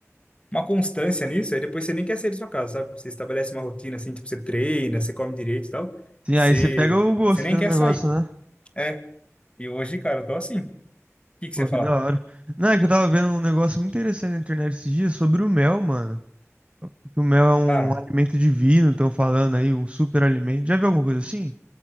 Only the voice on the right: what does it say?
sim,
aí você pega o gosto
pelo
negócio,
né?
Pô,
que
da hora. Não, é que eu tava vendo um negócio muito interessante na internet esses dias sobre o mel, mano. Que o mel é um
alimento divino, estão falando aí, um super alimento. Já viu alguma coisa assim?